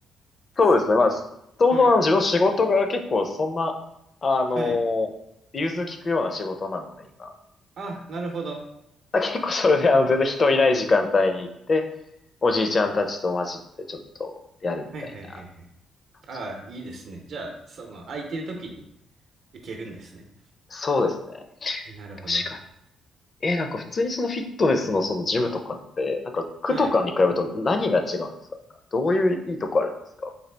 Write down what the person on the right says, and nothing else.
そっか。
はい。
はい。
あ、なるほど。
はいはいはいはい。
ああ、いいですね。じゃあ、その、空いてる時に行けるんですね。
なるほど。
はい。